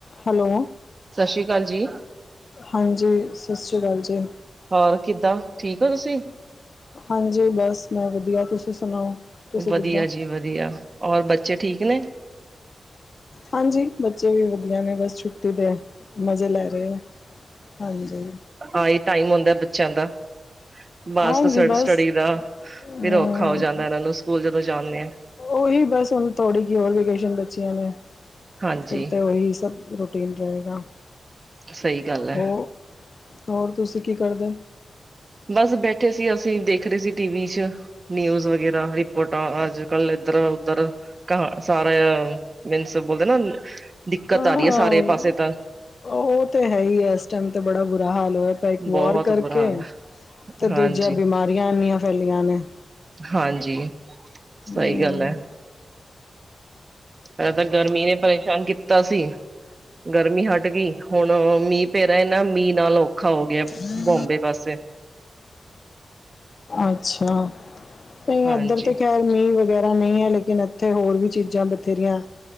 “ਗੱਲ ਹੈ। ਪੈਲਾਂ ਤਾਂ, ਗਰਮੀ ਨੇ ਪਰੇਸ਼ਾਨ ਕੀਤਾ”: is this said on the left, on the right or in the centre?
Right